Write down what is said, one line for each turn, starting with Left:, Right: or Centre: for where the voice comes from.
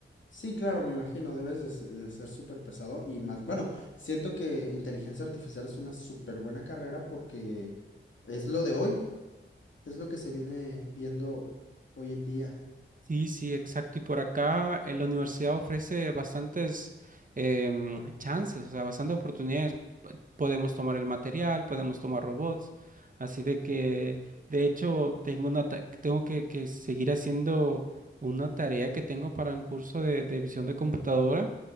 Left: Sí, claro, me imagino, debes de, se- de ser súper pesado y más, bueno, siento que inteligencia artificial es una súper buena carrera porque es lo de hoy, es lo que se viene viendo hoy en día.
Right: Sí, sí, exacto. Y por acá eh, la universidad ofrece bastantes em, chances, o sea, bastantes oportunidades. P- Podemos tomar el material, podemos tomar robots. Así de que, de hecho, tengo una ta- tengo que, que seguir haciendo una tarea que tengo para un curso de, de visión de computadora.